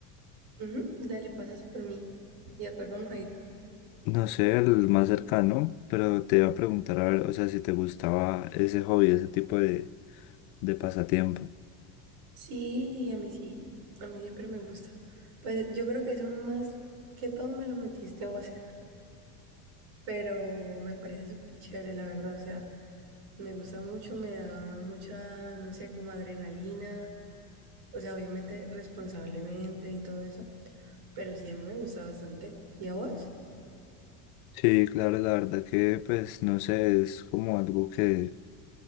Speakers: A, on the right; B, on the left.
A: ujú, dale, pasas por mí. ¿Y a cuál vamos a ir?
B: No sé, el más cercano, pero te iba a preguntar a ver, o sea, si te gustaba ese hobby, ese tipo de, de pasatiempo.
A: Sí, a mí sí. A mí siempre me gusta. Pues yo creo que eso más que todo me lo metiste vos, <laughs> pero me parece súper chévere, la verdad. O sea, me gusta mucho, me da mucha, no sé, como adrenalina. O sea, obviamente responsablemente y todo eso, pero sí, a mí me gusta bastante. ¿Y a vos?
B: Sí, claro, la verdad que pues no sé, es como algo que,